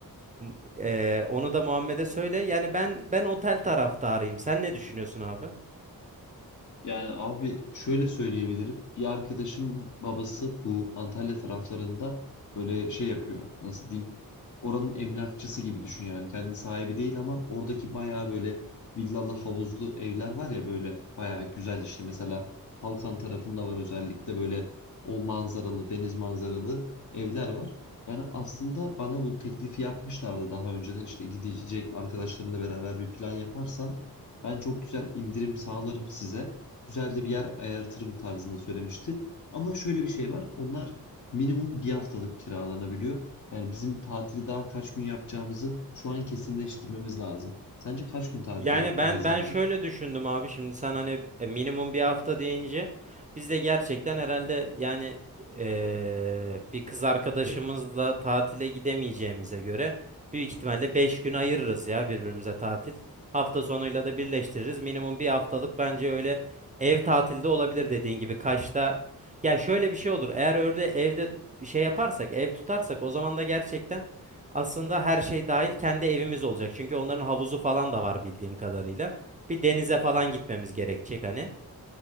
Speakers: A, on the right; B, on the left.
A: M- eee, onu da Muhammed'e söyle yani ben ben otel taraftarıyım sen ne düşünüyorsun abi?
B: Yani abi şöyle söyleyebilirim. Bir arkadaşımın babası bu Antalya taraflarında böyle şey yapıyor. Nasıl diyeyim? Oranın emlakçısı gibi düşün yani. Kendi sahibi değil ama oradaki bayağı böyle villalı havuzlu evler var ya böyle bayağı güzel işte. Mesela Kalkan tarafında var özellikle böyle o manzaralı deniz manzaralı evler var. Yani aslında bana bu teklifi yapmışlardı daha önceden işte gidecek arkadaşlarınla beraber bir plan yaparsan ben çok güzel indirim sağlarım size güzel de bir yer ayartırım tarzında söylemişti. Ama şöyle bir şey var. Onlar minimum bir haftalık kiralanabiliyor. Yani bizim tatili daha kaç gün yapacağımızı şu an kesinleştirmemiz lazım. Sence kaç gün tatil
A: Yani
B: yapmalıyız
A: ben ben
B: abi?
A: şöyle düşündüm abi şimdi sen hani e, minimum bir hafta deyince biz de gerçekten herhalde yani e, bir kız arkadaşımızla tatile gidemeyeceğimize göre büyük ihtimalle 5 gün ayırırız ya birbirimize tatil. Hafta sonuyla da birleştiririz. Minimum bir haftalık bence öyle ev tatilde olabilir dediğin gibi Kaş'ta. Ya şöyle bir şey olur. Eğer öyle evde şey yaparsak, ev tutarsak o zaman da gerçekten aslında her şey dahil kendi evimiz olacak. Çünkü onların havuzu falan da var bildiğim kadarıyla. Bir denize falan gitmemiz gerekecek hani.